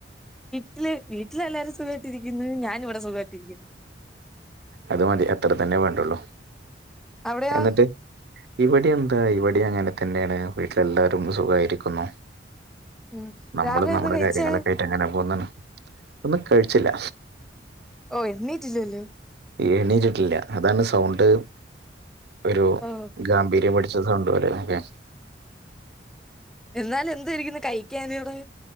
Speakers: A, in the centre; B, on the right.
A: വീട്ടില് വീട്ടിലെല്ലാരും സുഖായിട്ടിരിക്കുന്ന് ഞാന് ഇവിടെ സുഖായിട്ടിരിക്ക്ന്ന്.
B: അത് മതി അത്ര തന്നെ വേണ്ടുള്ളു
A: അവിടെയോ
B: എന്നിട്ട്. ഇവിടിം എന്താ ഇവിടിം അങ്ങനെ തന്നെയാണ് വീട്ടില് എല്ലാരും സുഖായിരിക്കുന്നു.
A: ഉം
B: നമ്മള്
A: രാവിലെ
B: നമ്മുടെ
A: എന്താ കഴിച്ചേ
B: കാര്യങ്ങളൊക്കെ ആയിട്ട് അങ്ങനെ പോന്ന്ണ് ഒന്നും കഴിച്ചില്ല.
A: ഓഹ് എണീറ്റില്ലല്ലോ.
B: എണീറ്റിട്ടില്ല അതാണ് സൗണ്ട്. ഒരു
A: ഓ
B: ഗാംഭീര്യം പിടിച്ച സൗണ്ട് പോലെ ന്നൊക്കെ.
A: എന്നാലും എന്തോ ഇരിക്കുന്ന് കഴിക്കാൻ അവിടെ.